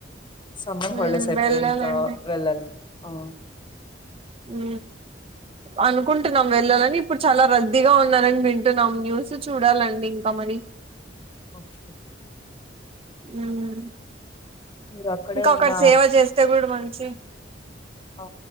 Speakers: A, on the left (about 25°); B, on the right (about 30°).
A: సమ్మర్
B: ఉమ్,
A: హాలీడెస్ అయిపోయి
B: వెళ్ళాలండి
A: ఇంకా వెళ్ళాలి ఆ
B: ఊ అనుకుంటున్నాం వెళ్ళాలని ఇప్పుడు చాలా రద్దీగా ఉన్నారని వింటున్నాం న్యూస్ చూడాలండి ఇంకా మరీ. <inaudible>
A: ఓకే
B: ఊమ్
A: మీరు అక్కడే
B: ఇంక అక్కడ
A: ఉన్న
B: సేవ జేస్తే గూడా మంచి
A: ఆ,